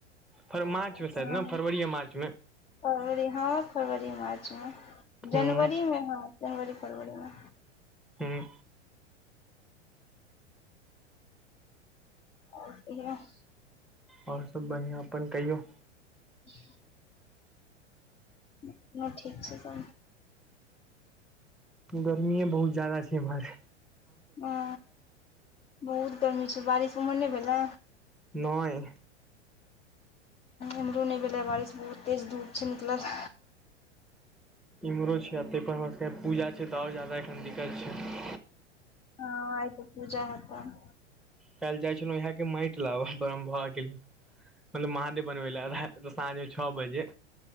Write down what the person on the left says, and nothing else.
हँ
फरवरी हँ फरवरी मार्च मे
जनवरी मे हँ, जनवरी फरवरी मे।
और कहियौह।
ह <inaudible> अपनो ठीक छै सम।
ओ बहुत गर्मी छै बारिश ओमहर नै भेलए।
एम्हरो नै भेलैए बारिश बहुत तेज धूप छै निकलल।
हॅं आय तऽ पूजा हेतैन।